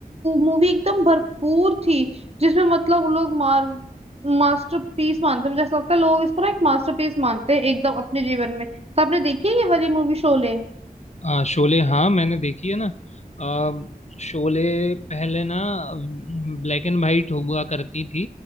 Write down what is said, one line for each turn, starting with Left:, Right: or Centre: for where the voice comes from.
Right: मूवी एकदम भरपूर थी जिसमें मतलब लोग मार मास्टरपीस मानते हैं मुझे ऐसा लगता है लोग इसको ना एक मास्टरपीस मानते हैं एकदम अपने जीवन में तो आपने देखी है ये वाली मूवी शोले
Left: आ, शोले हाँ मैंने देखी है ना आ, शोले पहले ना ब्लैक एंड वाइट हुआ करती थी